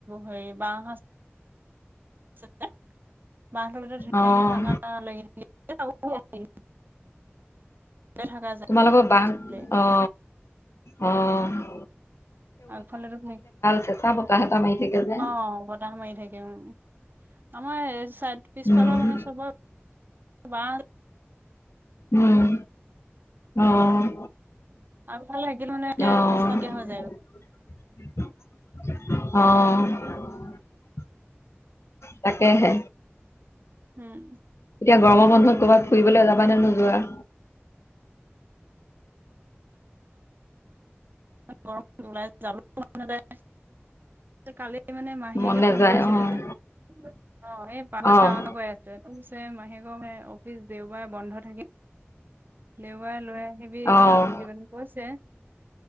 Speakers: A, on the right; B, on the left.
A: হেৰি বসাজ <unintelligible> মাহৰত ধুনীয়াকে
B: অ',
A: ঠাণ্ডা লাগি থাকে থাকা
B: তোমালোকৰ ব
A: যায়
B: অ আহ
A: আগফালেো
B: চেঁচা বতাহ এটা মাৰি থাকে যে।
A: আহ বতাহ মাৰি থাকিম উ, আমাৰ চাই পিছফালৰ
B: উম,
A: মানে চবৰ- বাঁহ
B: উম, অ',
A: আগ ভালে আহাকিল মানে তে
B: অ',
A: অৱস্থা দিয়া হৈ যায়
B: অ', তাকেহে,
A: উম,
B: এতিয়া গৰমৰ বন্ধত কৰ'ৰবাত ফুৰিবলৈ যাবা নে নোযোৱা?
A: গৰম। <unintelligible> কালি মানে মাহীয়েকে
B: মন নাযায়
A: ফোন কৰিছিলে
B: অ',
A: যে <unintelligible> পাহত
B: অ',
A: যাওঁ ন গৈ আছে ত মাহে গম অফিচ দেওবাৰে বন্ধ থাকিম দেওবাৰে লৈ আহিবি
B: অ',
A: যাম বুলি মানে কৈছে